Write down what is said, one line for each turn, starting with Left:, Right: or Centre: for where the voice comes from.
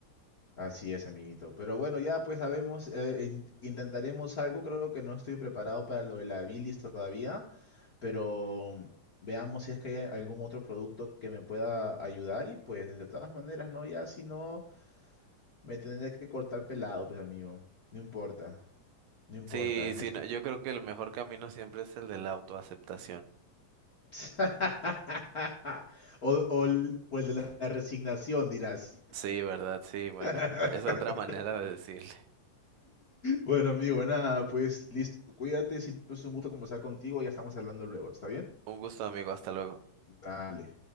Left: Así es, amiguito. Pero bueno, ya pues sabemos, eh, in- intentaremos algo. Creo que no estoy preparado para lo de la bilis todavía, pero veamos si es que hay algún otro producto que me pueda ayudar y pues de todas maneras, ¿no? Ya si no, me tendré que cortar pelado, pues amigo. No importa, no importa.
Right: Sí, sí,
Left: me est-
Right: no, yo creo que el mejor camino siempre es el de la autoaceptación.
Left: <laughs> O, o el o el de la resignación, dirás.
Right: Sí, ¿verdad? Sí, bueno,
Left: <laughs>
Right: <laughs> es otra manera de decirle.
Left: Bueno, amigo, nada, pues listo. Cuídate, siempre es un gusto conversar contigo. Ya estamos hablando luego, ¿está bien?
Right: Un gusto, amigo, hasta luego.
Left: Dale.